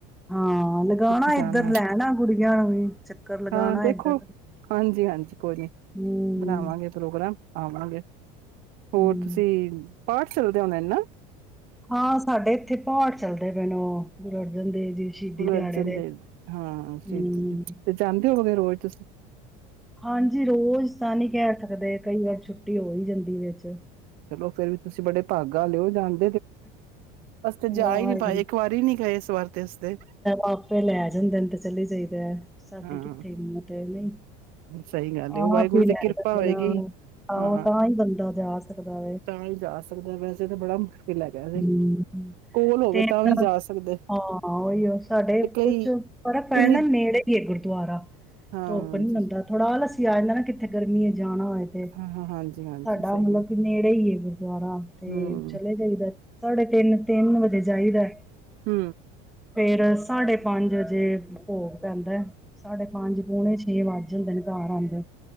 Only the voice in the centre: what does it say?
ਹਾਂ ਲਗਾਣਾ
ਇੱਧਰ ਲੈਣਾ ਗੁਡੀਆਂ ਨੂੰ ਵੀ। ਚੱਕਰ ਲਗਾਣਾ
ਇੱਧਰ
ਹੂੰ,
ਹੂੰ
ਹਾਂ ਸਾਡੇ ਇੱਥੇ ਪਾਠ ਚੱਲਦੇ ਪੈਯੇ ਨੇ, ਗੁਰੂ ਅਰਜਨ ਦੇਵ ਜੀ ਸ਼ਹੀਦੀ
ਦਿਹਾੜੇ
ਹੂੰ,
ਹਾਂਜੀ ਰੋਜ਼ ਤਾਂ ਨਹੀਂ ਕਹਿ ਸਕਦੇ ਕਈ ਵਾਰ ਛੁੱਟੀ ਹੋ ਹੀ ਜਾਂਦੀ ਵਿੱਚ।
ਵਾਹਿਗੁਰੂ
ਆਪੇ ਲੈ ਜਾਂਦੇ ਨੇ ਤੇ ਚਲੀ ਜਾਈਦੈ। ਸਾਡੀ
ਕਿੱਥੇ ਏਨੀ ਹਿਮਤ ਹੇ। ਨਈਂ,
ਆਪ
ਈ ਲੈ
ਜਾਂਦੇ
ਨੇ ਆਹੋ
ਤਾਂ ਹੀ ਬੰਦਾ ਜਾ ਸਕਦਾ
ਹੂੰ ਹੂੰ,
ਤੇ ਨਾ
ਹਾਂ ਔਈਔ ਸਾਡੇ
ਕੁਛ ਫਰਕ ਪੈ
ਜਾਂਦਾ ਨੇੜੇ ਹੀ ਏ ਗੁਰਦੁਆਰਾ
ਧੁੱਪ ਨੀ ਬੰਦਾ ਥੋੜਾ ਆਲਸ ਆ ਜਾਂਦਾ ਨਾ ਕਿੱਥੇ ਗਰਮੀ ਏ ਜਾਣਾ ਹੋਏ ਤੇ,
ਸਾਡਾ
ਮਤਲਬ
ਕਿ ਨੇੜੇ ਈ ਏ ਗੁਰ ਗੁਰਦਵਾਰਾ ਤੇ
ਚਲੇ ਜਾਈਦਾ ਸਾਡੇ ਤਿੰਨ, ਤਿੰਨ ਬ ਜੇ ਚਾਈਦੈ
ਫੇਰ ਸਾਡੇ ਪੰਜ ਅਜੇ ਭੋਗ ਪੈਂਦੈ ਸਾਡੇ ਪੰਜ ਪੋਣੇ ਛੇ ਵੱਜ ਜਾਂਦੇ ਨੇ ਘਰ ਆਂਦੇ।